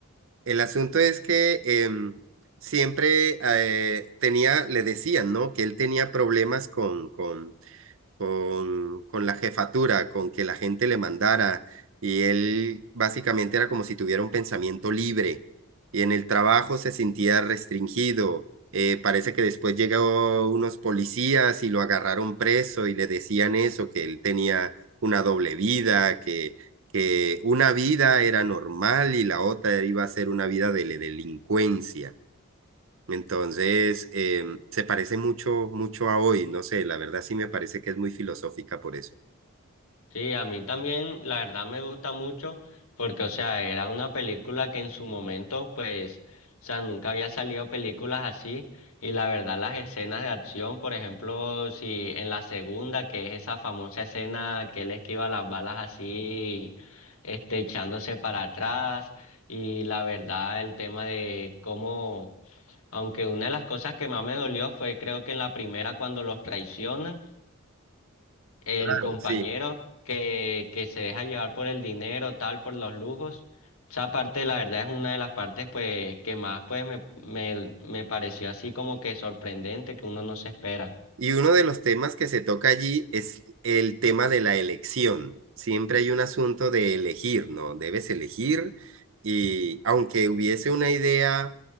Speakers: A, on the right; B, on the left.
A: El asunto es que em, siempre eh, tenía, le decían, ¿no? Que él tenía problemas con, con, con, con la jefatura, con que la gente le mandara, y él básicamente era como si tuviera un pensamiento libre, y en el trabajo se sentía restringido. Eh, parece que después llegó unos policías y lo agarraron preso y le decían eso, que él tenía una doble vida, que, que una vida era normal y la otra iba a ser una vida de la delincuencia. Entonces, eh, se parece mucho, mucho a hoy, no sé, la verdad sí me parece que es muy filosófica por eso.
B: Sí, a mí también, la verdad me gusta mucho porque, o sea, era una película que en su momento, pues, o sea, nunca había salido películas así y la verdad las escenas de acción, por ejemplo, si en la segunda, que es esa famosa escena que él esquiva las balas así, este, echándose para atrás y la verdad el tema de cómo, aunque una de las cosas que más me dolió fue creo que en la primera cuando los traicionan el
A: Claro,
B: compañero
A: sí.
B: que, que se deja llevar por el dinero, tal, por los lujos. Esa parte, la verdad, es una de las partes pues que más pues me, me, me pareció así como que sorprendente, que uno no se espera.
A: Y uno de los temas que se toca allí es el tema de la elección. Siempre hay un asunto de elegir, ¿no? Debes elegir y aunque hubiese una idea,